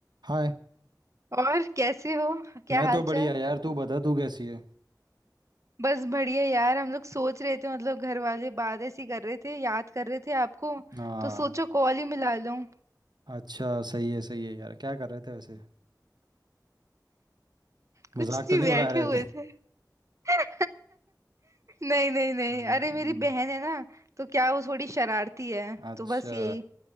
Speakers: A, on the right (about 75°); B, on the right (about 45°).
A: हाय
B: और कैसे हो क्या
A: मैं
B: हाल
A: तो बढ़िया
B: चाल
A: यार तू बता तू कैसी है
B: बस बढ़िया यार हम लोग सोच रहे थे मतलब घर वाले बात ऐसी कर रहे थे याद कर रहे थे आपको
A: हाँ
B: तो सोचो कॉल ही मिला लूं <laughs>
A: अच्छा सही है सही है यार क्या कर रहे थे वैसे
B: कुछ
A: मजाक तो
B: नहीं
A: नहीं
B: बैठे
A: उड़ा रहे
B: हुए
A: थे
B: थे <laughs> नहीं नहीं नहीं
A: हम्म,
B: अरे मेरी बहन है ना तो क्या वो थोड़ी शरारती है
A: अच्छा
B: तो बस यही